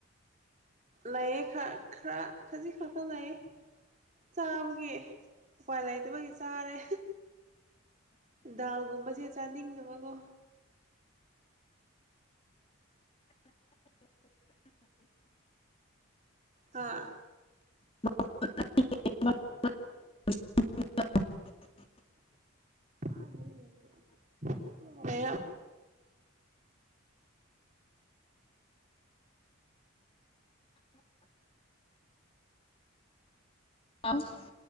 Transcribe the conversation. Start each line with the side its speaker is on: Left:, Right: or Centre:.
Right: ꯂꯥꯏꯌꯦ ꯈꯥ ꯈꯔ ꯈꯖꯤꯛ ꯈꯥ ꯈ ꯂꯌꯦ ꯆꯥꯕꯒꯤ ꯎꯄꯥꯏ ꯂꯩꯇꯕꯒꯤ ꯆꯥꯔꯦ ꯗꯥꯒꯨꯝꯕꯁꯦ ꯆꯥꯅꯤꯡꯗꯕꯀꯣ ꯑꯥ
Left: <inaudible>
Right: ꯑꯗꯦꯅꯀꯣ <unintelligible> ꯑ
Left: ꯑꯐ <unintelligible>